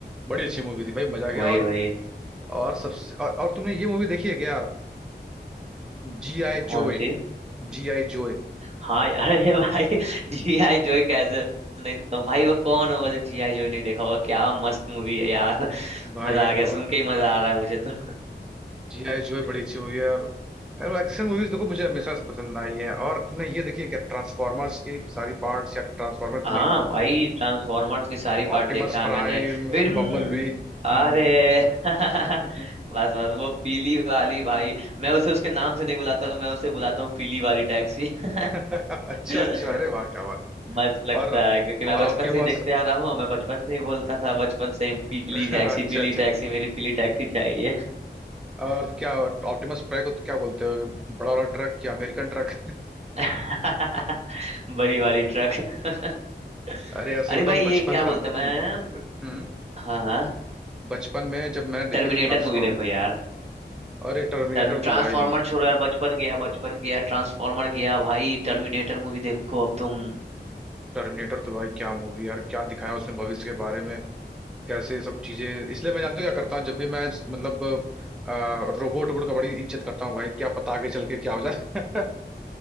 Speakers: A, in the centre; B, on the right.
A: बड़ी अच्छी मूवी थी भाई मजा आ गया
B: वही
A: और
B: वही
A: और सबसे और, और तुमने ये मूवी देखी है क्या जी आई
B: कौन
A: जोए
B: सी
A: जी आई जोए
B: हाँ <laughs> यार, अरे भाई जी आई जॉय कैसे नहीं देखा हूँ? भाई वो कौन होगा जो जी आई जॉय नहीं देखा होगा क्या मस्त मूवी है यार <laughs>
A: <laughs> भाई
B: मजा
A: भाई
B: आ गया
A: बहुत
B: सुन के ही मजा आ रहा है मुझे तो
A: जी आई जोए बड़ी अच्छी मूवी है और एक्शन मूवीज देखो मुझे हमेशा से पसंद आई है और तुमने ये देखी है क्या ट्रांसफॉर्मर्स की सारी पार्ट्स या ट्रांसफॉर्मर
B: हाँ
A: तुम्हें
B: भाई ट्रांसफॉर्मर्स की सारी पार्ट
A: ऑप्टिमस
B: देखा है
A: प्राइम
B: मैंने फिर हम्म,
A: बम्बल बी हम्म
B: अरे <laughs>
A: <laughs>
B: बस बस वो पीली वाली भाई मैं उसे उसके नाम से नहीं बुलाता हूँ मैं उसे बुलाता हूँ पीली वाली टैक्सी
A: <laughs> अच्छा
B: <laughs>
A: अच्छा अरे वाह क्या बात
B: मस्त लगता
A: और
B: है क्योंकि मैं
A: और
B: बचपन
A: ऑप्टिमस
B: से ही देखते आ रहा हूँ और मैं बचपन से ही बोलता था बचपन से ही पीली
A: <laughs>
B: टैक्सी
A: अच्छा
B: पीली
A: अच्छा
B: टैक्सी मेरी पीली टैक्सी चाहिए
A: और क्या ऑप्टिमस प्राइम को तो क्या बोलते हो बड़ा वाला ट्रक क्या अमेरिकन ट्रक
B: <laughs> बड़ी वाली ट्रक <laughs>
A: अरे यार सही
B: अरे
A: बताऊं
B: भाई ये
A: बचपन
B: क्या
A: में ना
B: बोलते
A: हम्म
B: मैं
A: हम्म,
B: हाँ हाँ
A: बचपन में जब मैंने देखी
B: टर्मिनेटर
A: थी ट्रांसफॉर्म
B: मूवी देखो यार
A: अरे टर्मिनेटर
B: ट्रांसफॉर्मर
A: तो भाई
B: छोड़ो यार बचपन गया बचपन गया ट्रांसफॉर्मर गया भाई टर्मिनेटर मूवी देखो अब तुम
A: टर्मिनेटर तो भाई क्या मूवी यार क्या दिखाया उसमें भविष्य के बारे में कैसे सब चीजें इसलिए मैं जानते हो
B: <laughs>
A: क्या करता हूँ जब भी मैं मतलब रोबोट वोबोट का बड़ी इज्जत करता हूँ भाई क्या पता आगे चल के क्या हो जाए